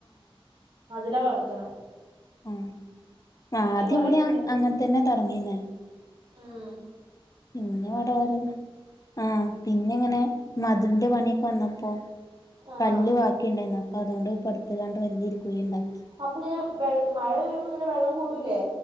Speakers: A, on the right (about 60°); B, on the left (about 35°).
A: അതിലാവളർത്ത്ണ്
B: ഉംആഹ് ആദ്യം
A: കൊറേ
B: ഇവടിം
A: മീനൊക്കെ ഉണ്ട്
B: അങ്ങൻ തന്നെ തൊട്ങ്ങീന്നെ
A: ഉം
B: പിന്നെ വടെ ഓരോന്ന് ആഹ് പിന്നെ ഇങ്ങനെ മതിലിന്റെ പണിയൊക്കെ വന്നപ്പോ
A: ആഹ്
B: കല്ല് ബാക്കി ഇണ്ടായ്ന്നു അപ്പൊ അതുകൊണ്ട് പടുത്ത്കാണ്ട് വലിയൊരു കുഴി ഇണ്ടാക്കി
A: അപ്പ ഇങ്ങനെ വെ മഴ പെയ്യുമ്പോ ഇങ്ങനെ വെള്ളം കൂടൂല്ലേ